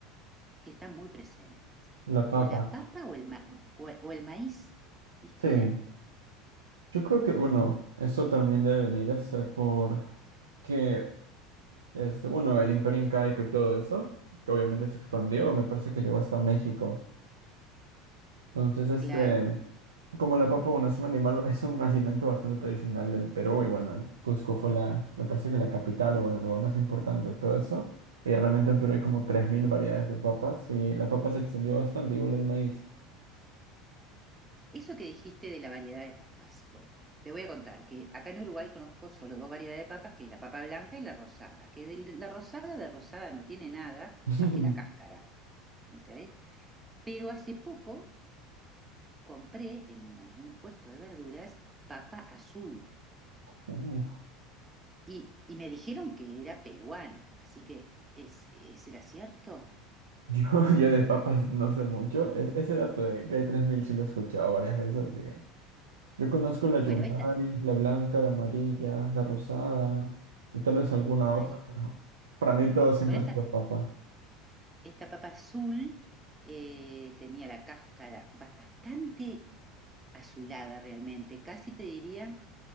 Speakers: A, on the right; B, on the right.
A: que están muy presentes,
B: la papa.
A: o la papa o el, ma- o, o el maíz, ¿viste?
B: Sí, yo creo que, bueno, eso también debe venir este, por que, este, bueno, el Imperio Incaico y todo eso, que obviamente se expandió, me parece que llegó hasta México. Entonces, este,
A: Claro,
B: como la papa, bueno, es un animal, <laughs> es un alimento bastante tradicional del Perú y bueno, el Cusco fue la, me parece que la capital o bueno, el lugar más importante de todo eso. Y realmente en Perú hay como 3.000 variedades de papas y la papa se extendió bastante, igual el maíz.
A: eso que dijiste de la variedad de papas, bueno, te voy a contar que acá en Uruguay conozco solo dos variedades de papas, que es la papa blanca y la rosada, que de la rosada de rosada no tiene nada
B: <laughs>
A: más que la cáscara, ¿ok? Pero hace poco compré en algún puesto de verduras papa azul
B: Uf.
A: y, y me dijeron que era peruana, así que es, es- ¿será cierto?
B: Yo, yo de papas no sé mucho. Es- ese dato de que hay 3.000 sí lo he escuchado varias veces, así que yo conozco la yungay,
A: Bueno, esta,
B: la blanca, la amarilla, la rosada y tal vez alguna
A: ay,
B: otra, pero para mí todo siempre
A: bueno,
B: ha
A: esta,
B: sido papa.
A: esta papa azul eh, tenía la cáscara bastante azulada realmente, casi te diría